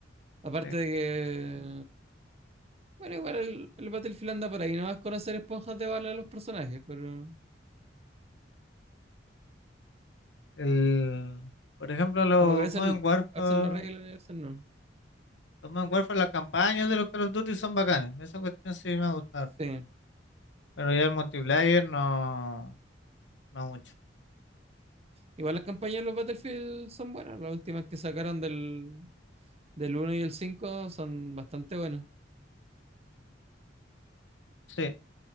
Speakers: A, on the right; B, on the left.
A: Aparte
B: Sí.
A: de que. Bueno, igual el, el Battlefield anda por ahí, no vas a conocer esponjas de bala a los personajes, pero
B: El, por ejemplo, los
A: como que a veces,
B: Modern Warfare.
A: a veces lo arreglan y a veces no.
B: Los Modern Warfare, las campañas de los Call of Duty son bacanes. Esa cuestión sí me ha gustado.
A: Sí.
B: Pero ya el multiplayer no, no mucho.
A: Igual las campañas de los Battlefield son buenas. Las últimas que sacaron del, del uno y el cinco son bastante buenas.
B: Sí,